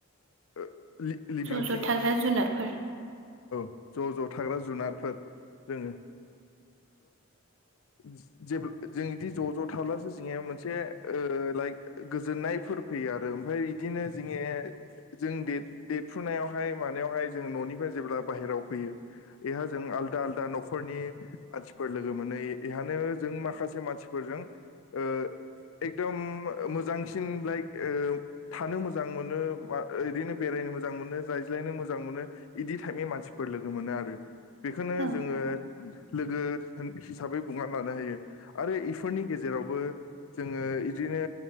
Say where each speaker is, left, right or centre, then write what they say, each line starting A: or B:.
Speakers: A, on the left; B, on the right.
A: ओ लि लिभिं
B: ज' थाग्रा जुनारफोर
A: ज'-ज' थाग्रा जुनारफोर जोङो स' जेब्ला जों बिदि ज'-ज' थाब्लासो जोंनिया मोनसे ओ लाइक गोजोननायफोर फैयो आरो ओमफ्राय इदिनो जोंङो जों दे देरफ्रुनायाव फ्राय मानायावहाय जोङो न'निफ्राय जेब्ला बाहेराव फैयो एहा जों आलदा आलदा न'खरनि मानसिफोर लोगो मोनै एहानो जों माखासे मानसिफोरजों ओ एकदम मोजांसिन लाइक थानो मोजां मोनो इदिनो बेरायनो मोजां मोनो रायज्लायनो मोजां मोनो इदि टाइपनि मानसिफोर लोगो मोनो आरो बेखौनो
B: औ
A: जोङो लोगो हिसाबै बुंना लानो हायो आरो इफोरनि गेजेरावबो जोङो इदिनो